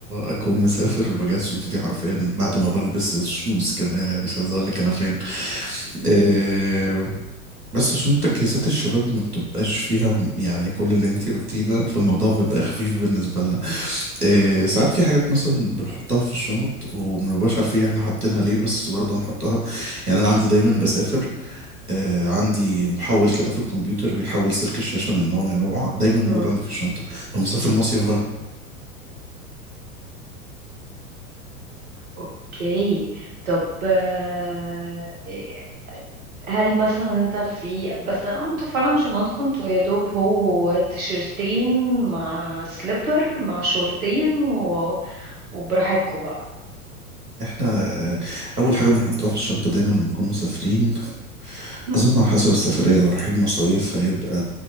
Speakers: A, on the right; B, on the right.
A: اكون مسافر بجهز شنطتي حرفيا بعد ما بلبس الشوز كمان يعني مش عايز اقول لك انا فين آه، بس عشان تجهيزات الشباب ما بتبقاش فيها م- يعني كل اللي انتي قلتيه ده فالموضوع بيبقى خفيف بالنسبة لنا إيه ساعات في حاجات مثلا بنحطها في الشنط وما بنبقاش عارفين احنا حاطينها ليه بس برضه هنحطها يعني انا عندي دايما بسافر آه، عندي محول كده في الكمبيوتر بيحول سلك الشاشة من نوع لنوع دايما موجود
B: مم.
A: عندي في الشنطة لو مسافر مصيف بقى
B: اوكي طب آه، إيه، هل مثلا انت في بس اه انتوا فعلا شنطكم انتوا يا دوب هو تيشرتين مع سليبر مع شورتين و... وبراحتكم بقى
A: احنا آه، اول حاجة بنحطها في الشنطة دايما لما نكون مسافرين
B: <laughs> مم.
A: أظن على حسب السفرية لو رايحين مصايف هيبقى